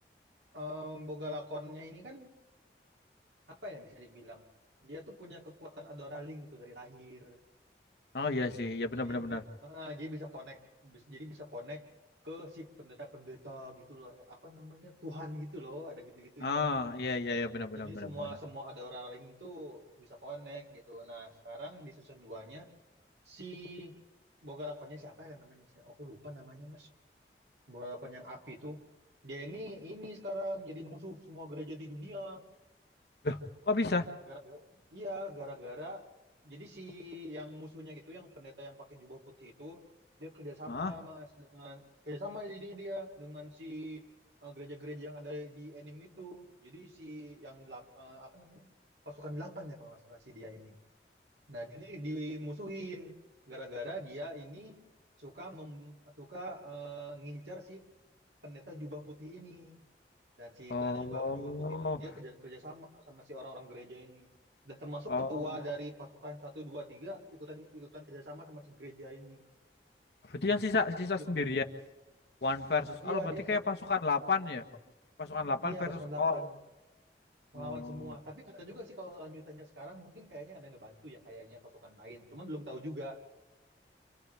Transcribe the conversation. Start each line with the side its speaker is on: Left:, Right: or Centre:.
Right: eh, boga lakonnya ini kan apa ya bisa dibilang dia tuh punya kekuatan adoralling gitu dari lahir
Left: Oh iya
Right: jadi
Left: sih, ya benar
Right: jadi
Left: benar benar.
Right: bi- ah, jadi bisa connect bis- jadi bisa connect ke si pendeta-pendeta gitu loh apa namanya Tuhan gitu loh ada gitu-gitunya
Left: Ah, iya iya iya benar benar
Right: jadi
Left: benar
Right: semua
Left: benar.
Right: semua adoralling tuh bisa connect gitu nah sekarang di season duanya si boga lakonnya siapa ya namanya oh, aku lupa namanya mas boga lakon yang api tuh dia ini ini sekarang jadi musuh semua gereja di dunia
Left: Loh, kok bisa?
Right: Gara-gara, iya, gara-gara jadi si yang musuhnya gitu, yang pendeta yang pakai jubah putih itu, dia kerjasama
Left: Ah.
Right: mas dengan kerjasama jadinya dia dengan si eh, gereja-gereja yang ada di anime itu. Jadi si yang delap- eh, apa namanya pasukan delapan ya kalau nggak salah si dia ini. Nah jadi dimusuhin gara-gara dia ini suka mem, suka eh, ngincar si pendeta jubah putih ini dan si
Left: Oh,
Right: pendeta jubah jubah putih ini dia kerja kerjasama sama si orang-orang gereja ini dan termasuk
Left: oh.
Right: ketua dari pasukan Satu 2 3 ikutan ikutan kerjasama sama si gereja ini
Left: Berarti yang sisa
Right: gitu
Left: sisa sendirian. One versus
Right: iya
Left: all berarti
Right: dia se-
Left: kayak pasukan 8 ya. Pasukan 8
Right: iya
Left: versus
Right: pasukan 8
Left: all.
Right: melawan
Left: Oh.
Right: semua tapi nggak tahu juga sih kalau lanjutannya sekarang mungkin kayaknya ada yang ngebantu ya kayaknya pasukan lain cuman belum tahu juga